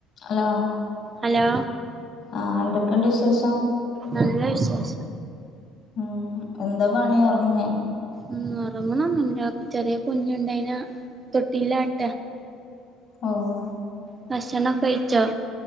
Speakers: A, on the left; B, on the right.
A: Hello
B: hello
A: ആഹ് എന്തൊക്കെയുണ്ട് വിശേഷം
B: നല്ല വിശേഷം
A: ഉം എന്താ പണി ഒറങ്ങേ
B: ഉം ഉറങ്ങണന്നുല്ല ചെറിയ കുഞ്ഞുണ്ട് അയിന്നെ തൊട്ടില്ലാട്ട
A: ഓഹ്
B: ഭക്ഷണം ഒക്കെ കഴിച്ചോ